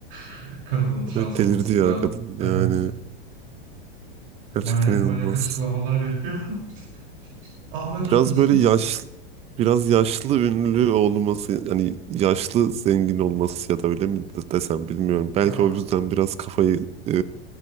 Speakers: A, on the right; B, on the right.
A: <laughs> kadının transfobisinden
B: Evet delirdi ya kadın.
A: evet
B: Yani gerçekten
A: manyak
B: inanılmaz.
A: manyak açıklamalar yapıyor. <laughs> Ablacım
B: Biraz
A: bir sus.
B: böyle yaş biraz yaşlı ünlü olması hani yaşlı zengin olması ya da öyle mi de- desem bilmiyorum. Belki
A: Ya
B: o yüzden biraz kafayı e,